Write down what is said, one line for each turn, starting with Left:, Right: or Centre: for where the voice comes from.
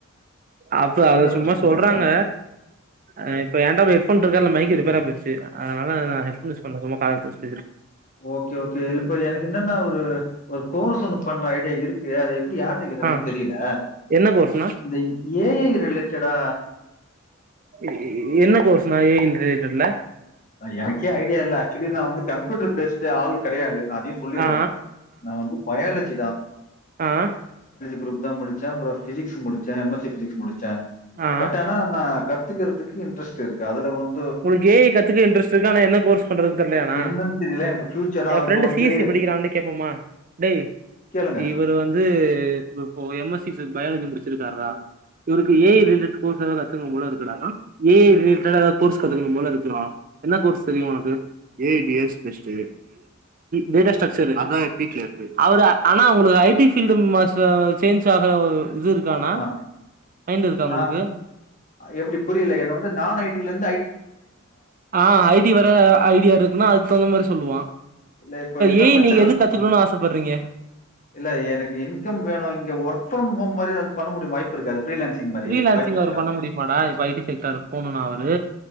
Right: அப்ப அத
Left: தான்
Right: சும்மா
Left: ஃபர்ஸ்ட் டைம்
Right: சொல்றாங்க
Left: பண்றேன்.
Right: அ இப்ப ஏன்ட ஹெட்பஃபோன் <unintelligible> அதுல மைக்கு ரிப்பேரா போயிருச்சு அதனால நா ஹெட்பஃபோன் யூஸ் பண்ல சும்மா காதுலதா பேசிட்ருக்
Left: ஓகே ஓகே இப்ப எனக்கு என்னன்னா ஒரு ஒரு கோர்ஸ் ஒன்னு பண்ற ஐடியா இருக்கு அத எப்பிடி யாருட்ட கேக்கறதுன்னு
Right: ஆ
Left: தெரியல
Right: என்ன கோர்ஸ்ணா
Left: இந்த ஏ ஜ ரிலேட் சடா
Right: எ-எ-என்ன கோர்ஸ்னா ஏ ஜ ரிலேட்டட்ல
Left: எனக்கே ஐடியா இல்ல ஆக்சுவலி நா வந்து கம்ப்யூட்டர் பேஸ்ட் ஆள் கடையாது நா அதையு சொல்லிடுறே
Right: ஆ
Left: நா வந்து பயாலஜி தா
Right: ஆஹ்
Left: குரூப் தா முடிச்சே அப்புறோ ஃபிசிக்ஸ் முடிச்சே எம் எஸ் சி ஃபிசிக்ஸ் முடிச்சே
Right: ஆ
Left: பட் ஆனா நா கத் துக்கிறதுக்கு இன்ட்ரெஸ்ட் இருக்கு அதுல வந்
Right: உனக்கு ஏ ஐ <unintelligible> க்குறத்துக்கு இன்ட்ரெஸ்ட் இருக்கு ஆனா என்ன கோர்ஸ் பண்றது தெர்லியாணா
Left: என்னன்னு தெரியல எனக்கு ஃபியூச்சர் நான்
Right: ஏன் ஃப்ரெண்ட்
Left: இப்ப வந்து
Right: சி எஸ் சி படிக்கிறா அவ கிட்ட கேப்போமா டேய்
Left: கேளுங்க.
Right: இவர் வந்து இப்போ எம் எஸ் பிசிக்ஸ் பயாலஜி முடிச்சிருக்காருடா இவருக்கு ஏ ஜ ரிலேடட் கோர்ஸ் ஏதாவது கத்துக்கணு போல இருக்கு டா ஏ ஜ ரிலேடடா ஏதாவது கோர்ஸ் கத்துக்கணும் போல இருக்குடா என்ன கோர்ஸ் தெரியு உனக்கு A I D S best data structure அதா இப்ப பீக்ல இருக்கு அவர் ஆனா உனக்கு ஜ டி ஃபீல்டு மாசோ சேஞ்சாகுற இது இருக்கானா
Left: அ
Right: மைண்ட் இருக்கா
Left: நா
Right: உங்களுக்கு
Left: எப்பிடி புரியல என்ன வந்து நா ஐ டிலருந்து
Right: அ ஐ டி வர ஐடியா இருக்குன்னா அதுக்கு தகுந்த மாரி சொ சொல்லுவா
Left: இல்ல இப்ப என்ன
Right: ஏ
Left: பிரச்சனன்
Right: ஐ நீங்க எது கத்துக்கணும்னு
Left: அ
Right: ஆசைப்படுறீங்க
Left: இல்ல எனக்கு இன்கம் வேணு இங்க ஒர்க் ஃப்ரம் ஹோம் மாரி ஏதாவது பண்ண முடியுமா வாய்ப்பு இருக்கா ஃப்ரீலான்சிங் மாரி
Right: ஃப்ரீலான்சிங்
Left: வாய்ப்பு இருக்கா?
Right: அவரு பண்ண முடியுமாடா இப்ப ஐடி செக்டர் போணுனா அவரு